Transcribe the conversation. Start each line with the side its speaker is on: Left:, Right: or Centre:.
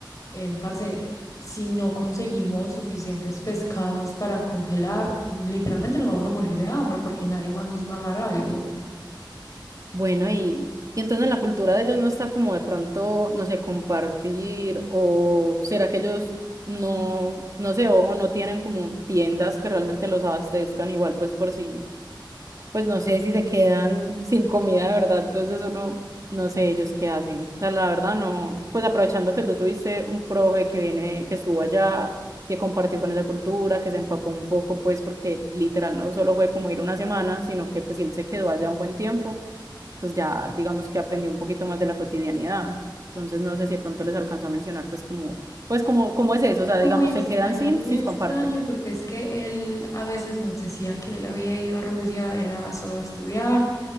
Left: en, parce, si no conseguimos suficientes pescados para congelar, literalmente nos vamos a morir de hambre porque nadie más nos va a dar algo.
Right: Bueno, y, y entonces la cultura de ellos no está como de pronto, no sé, compartir o será que ellos no, no sé, o, o no tienen como tiendas que realmente los abastezcan igual, pues por si, pues no sé si se quedan sin comida de verdad, entonces uno, no sé ellos qué hacen. O sea, la verdad no, pues aprovechando que tú tuviste un profe que viene, que estuvo allá, que compartió con esa cultura, que se empapó un poco, pues porque literal no solo fue como ir una semana, sino que pues sí, él se quedó allá un buen tiempo pues ya digamos que aprendí un poquito más de la cotidianidad. Entonces no sé si de pronto les alcanzo a mencionar pues como, pues como, cómo es eso, o sea,
Left: Fue
Right: digamos,
Left: muy extraño,
Right: se quedan sin
Left: fue muy
Right: si
Left: extraño
Right: comparten.
Left: porque es que él a veces nos decía que él había ido a Rusia, era solo a estudiar,